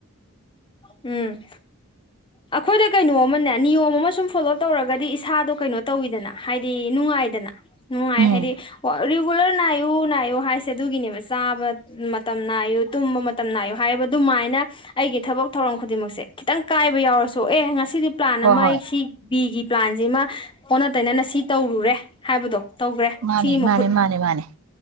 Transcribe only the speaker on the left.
ꯎꯝ ꯑꯈꯣꯏꯗ ꯀꯩꯅꯣ ꯑꯃꯅꯦ ꯅꯤꯌꯣꯝ ꯑꯃ ꯁꯨꯝ ꯐꯣꯂꯣ ꯇꯧꯔꯒꯗꯤ ꯏꯁꯥꯗꯣ ꯀꯩꯅꯣ ꯇꯧꯋꯤꯗꯅ ꯍꯥꯏꯗꯤ ꯅꯨꯡꯉꯥꯏꯗꯅ ꯅꯨꯡꯉꯥꯏ
ꯍꯥꯏꯗꯤ ꯑꯣ ꯔꯤꯒꯨꯂꯔ ꯅꯥꯏꯌꯨ - ꯅꯥꯏꯌꯨ ꯍꯥꯏꯁꯦ ꯑꯗꯨꯒꯤꯅꯦꯕ ꯆꯥꯕ ꯃꯇꯝ ꯅꯥꯏꯌꯨ ꯇꯨꯝꯕ ꯃꯇꯝ ꯅꯥꯏꯌꯨ ꯍꯥꯏꯕ ꯑꯗꯨꯃꯥꯏꯅ ꯑꯩꯒꯤ ꯊꯕꯛ ꯊꯧꯔꯝ ꯈꯨꯗꯤꯡꯃꯛꯁꯦ ꯈꯤꯇꯪ ꯀꯥꯏꯕ ꯌꯥꯎꯔꯁꯨ ꯑꯦ ꯉꯁꯤ ꯁꯤꯗꯤ ꯄ꯭ꯂꯥꯟ
ꯑꯃ
ꯑꯩ ꯁꯤ ꯕꯤꯒꯤ ꯄ꯭ꯂꯥꯟꯁꯤꯃ ꯑꯣꯟꯅ ꯇꯩꯅꯅ ꯁꯤ ꯇꯧꯔꯨꯔꯦ ꯍꯥꯏꯕꯗꯣ ꯇꯧꯈ꯭ꯔꯦ
ꯁꯤꯒꯤ ꯃꯍꯨꯠ